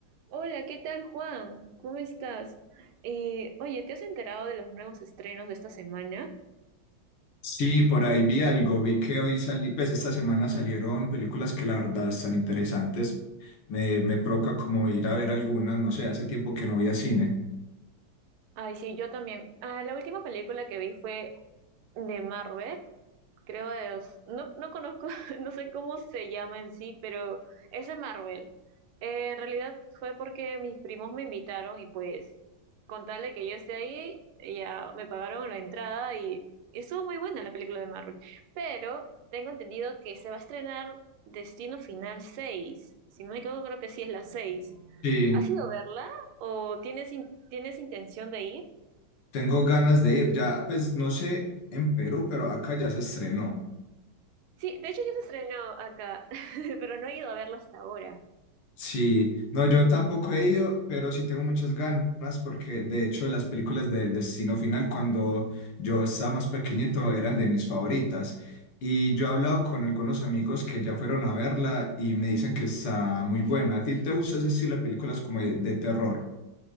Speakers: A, on the right; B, on the left.
A: Hola, ¿qué tal, Juan? ¿Cómo estás? Eh, oye, ¿te has enterado de los nuevos estrenos de esta semana?
B: Sí, por ahí vi algo, vi que hoy salí, pues esta semana salieron películas que la verdad están interesantes. Me, me provoca como ir a ver algunas, no sé, hace tiempo que no voy a cine.
A: Ay, sí, yo también. Ah, la última película que vi fue de Marvel Creo de los, no, no conozco, <laughs> no sé cómo se llama en sí, pero es de Marvel. Eh, en realidad fue porque mis primos me invitaron y pues con tal de que yo esté ahí, ya me pagaron la entrada y estuvo muy buena la película de Marvel. Pero tengo entendido que se va a estrenar Destino Final seis Si no me equivoco, creo que sí es la seis
B: Sí,
A: ¿Has ido a verla o tienes, in- tienes intención de ir?
B: tengo ganas de ir, ya, pues no sé en Perú, pero acá ya se estrenó.
A: Sí, de hecho ya se estrenó acá, <laughs> pero no he ido a verla hasta ahora.
B: Sí, no, yo tampoco he ido, pero sí tengo muchas ganas porque de hecho las películas de Destino Final cuando yo estaba más pequeñito eran de mis favoritas y yo he hablado con algunos amigos que ya fueron a verla y me dicen que está muy buena. ¿A ti te gusta ese estilo de películas como de, de terror?